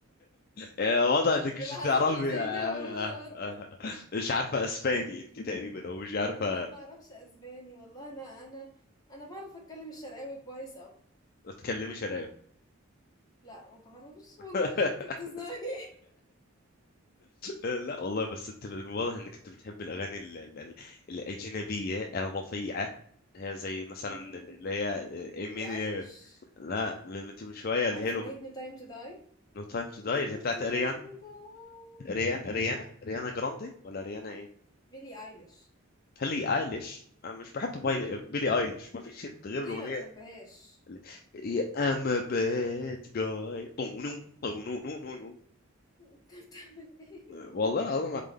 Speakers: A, on the left; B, on the left.
A: يعني واضح انك
B: في
A: مش
B: اللحظات
A: بتعرفي
B: اللي زي
A: آه، آه،
B: دي ما بعرفش ارد
A: آه، مش عارفه اسباني انت تقريبا او مش عارفه
B: لا ما اعرفش اسباني والله انا انا انا بعرف اتكلم الشرقاوي كويس او
A: ما تتكلمي شراوي
B: لا ما بعرفش والله
A: <laughs>
B: <laughs> انت بتزنقني
A: آه، لا والله بس انت من واضح انك انت بتحب الاغاني ال- ال- ال- الاجنبيه الرفيعه هي زي مثلا
B: مهم.
A: اللي هي
B: بيلي
A: امين
B: ايليش
A: لا من من شويه اللي
B: عارف
A: هي الاغنيه
B: اغنية No Time to Die
A: نو تايم تو داي
B: No
A: اللي هي بتاعت
B: Time
A: اريانا
B: to Die
A: اريان اريانا اريانا جراندي ولا اريانا ايه
B: بيلي ايليش
A: هلي ايليش أنا مش بحب بايلي...
B: مهم.
A: بيلي ايليش ما فيش شيء غير
B: ليه
A: الاغنيه
B: ما بتحبهاش
A: اللي... I'm a bad guy طونو طونو نو نو نو
B: <laughs> انت بتعمل ايه
A: والله العظيم